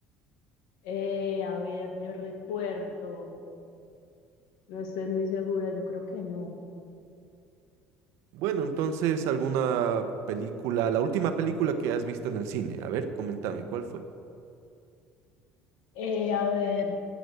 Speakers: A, on the left; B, on the right.
A: Eh, a ver, yo recuerdo, no estoy muy segura, yo creo que no.
B: Bueno, entonces alguna película, la última película que has visto en el cine. A ver, coméntame, ¿cuál fue?
A: Eh, a ver,